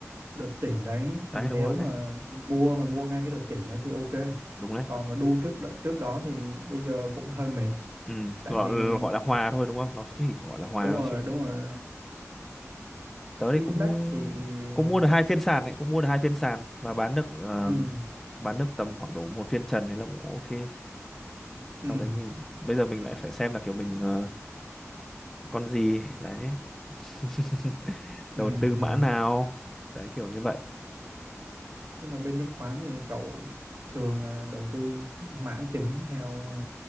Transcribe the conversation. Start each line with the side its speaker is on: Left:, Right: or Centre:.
Right: đợt chỉnh đấy thì
Centre: đấy
Right: nếu
Centre: đúng rồi đấy
Right: mà mua mà mua ngay cái đợt chỉnh đấy thì ok
Centre: đúng đấy
Right: còn mà đu trước đ- trước đó thì bây giờ cũng hơi mệt
Centre: ừ
Right: tại
Centre: gọi,
Right: vì
Centre: gọi là hòa thôi đúng không nó chỉ gọi là hòa
Right: đúng
Centre: thôi
Right: rồi
Centre: chứ
Right: đúng rồi
Centre: tớ thì
Right: index
Centre: cũng
Right: thì
Centre: cũng mua được hai phiên sàn đấy cũng mua được hai phiên sàn và bán được um,
Right: ừ,
Centre: bán được tầm khoảng độ một phiên trần hay là cũng ok
Right: ừ,
Centre: sau đấy mình bây giờ mình lại phải xem là kiểu mình ờ, con gì đấy <laughs>
Right: ừ,
Centre: đầu
Right: ừ.
Centre: tư mã
Right: ừ.
Centre: nào đấy kiểu như vậy
Right: nhưng mà bên chứng khoán thì cậu thường là đầu tư mã chứng theo ờ,